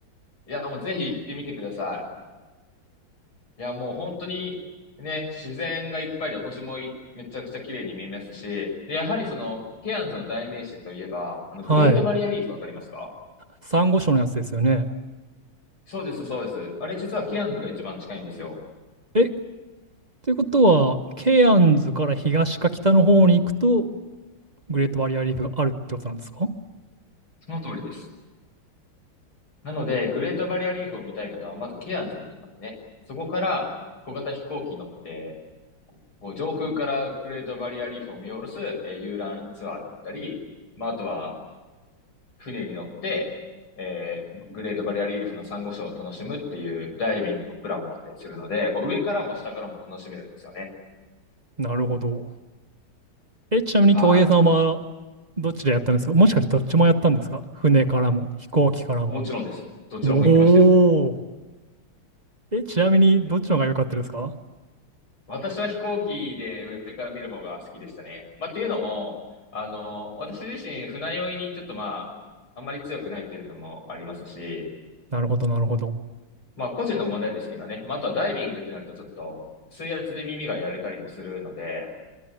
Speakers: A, on the left (about 80°); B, on the right (about 30°).
A: いや、もうぜひ行ってみてください。いや、もう本当にね、自然がいっぱいで星もいめちゃくちゃ綺麗に見えますし、で、やはりその、ケアンズの代名詞といえば、あの、
B: はい。
A: グレートバリアリーフわかりますか
B: サンゴ礁のやつですよね。
A: そうです、そうです。あれ実はケアンズが一番近いんですよ。
B: え、ということは、ケアンズから東か北の方に行くと、グレートバリアリーフがあるってことなんですか
A: その通りです。なので、グレートバリアリーフを見たい方は、まずケアンズに来ますね。そこから、小型飛行機に乗って、もう上空からグレートバリアリーフを見下ろす、えー遊覧ツアーだったり、まあ、あとは、船に乗って、えーグレートバリアリーフのサンゴ礁を楽しむっていうダイビングのプランもあったりするので、こう上からも下からも楽しめるんですよね。
B: なるほど。え、ちなみに恭平さんは
A: は
B: どっちでやったんですかもしかしてどっちもやったんですか船からも飛行機からも。
A: い。もちろんです。どちらも行きましたよ。
B: おお。え、ちなみにどっちの方が良かったですか
A: え、私は飛行機で上から見る方が好きでしたね。まあ、っていうのも、あの、私自身船酔いにちょっとまあ、あんまり強くないっていうのもありますし、
B: なるほど、なるほど。
A: まあ個人の問題ですけどね。まあ、あとはダイビングってなるとちょっと水圧で耳がやれたりもするので、